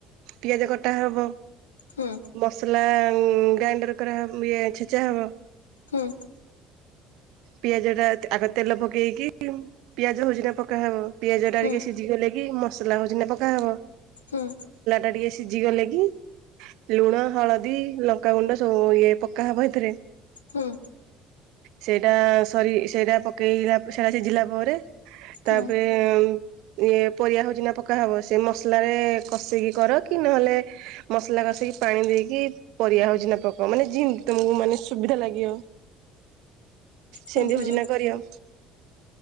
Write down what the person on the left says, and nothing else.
ହୁଁ
ହୁଁ।
ହୁଁ
ହୁଁ।
ହୁଁ।
ହୁଁ
ହୁଁ ହୁଁ